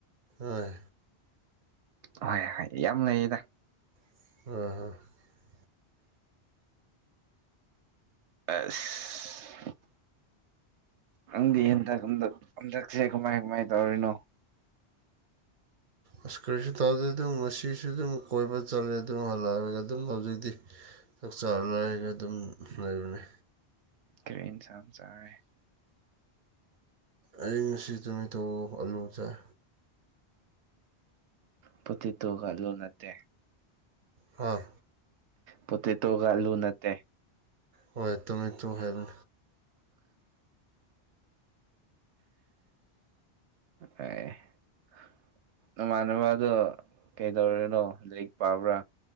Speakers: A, on the right (about 55°); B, on the right (about 85°).
A: ꯑꯣꯏ
B: ꯍꯣꯏ ꯍꯣꯏ ꯌꯥꯝ ꯂꯩꯌꯦꯗ
A: <inaudible>
B: ꯑꯁ ꯅꯪꯗꯤ ꯍꯟꯗꯛ ꯍꯟꯗꯛ ꯍꯟꯗꯛꯁꯦ ꯀꯃꯥꯏ ꯀꯃꯥꯏ ꯇꯧꯔꯤꯅꯣ
A: ꯑꯁ ꯀꯔꯤꯁꯨ ꯇꯧꯗꯦ ꯑꯗꯨꯝ ꯃꯁꯤꯁꯤꯁꯨ ꯑꯗꯨꯝ ꯀꯣꯏꯕ ꯆꯠꯂꯦ ꯑꯗꯨꯝ ꯍꯜꯂꯛꯑꯒ ꯑꯗꯨꯝ ꯍꯧꯖꯤꯛꯇꯤ ꯆꯥꯛ ꯆꯥꯔ ꯂꯥꯏꯔꯒ ꯑꯗꯨꯝ ꯂꯩꯕꯅꯤ
B: ꯀꯩ ꯏꯟꯁꯥꯟ ꯆꯥꯔꯦ
A: ꯑꯩ ꯉꯁꯤ ꯅꯨꯃꯤꯊꯣꯛ ꯑꯂꯨ ꯆꯥꯏ
B: ꯄꯊ ꯇꯨ ꯈꯜꯂꯨ ꯅꯠꯇꯦ
A: ꯍꯥꯥ
B: ꯄꯣꯇꯦꯇꯣꯒ ꯑꯂꯨ ꯅꯠꯇꯦ
A: ꯍꯣꯏ ꯇꯃꯦ ꯇꯣ ꯍꯥꯏꯕ
B: <inaudible> <unintelligible> ꯅꯃꯥꯟꯅꯕꯗꯣ ꯀꯩꯗꯧꯔꯤꯅꯣ ꯂꯥꯏꯔꯤꯛ ꯄꯥꯕ꯭ꯔꯥ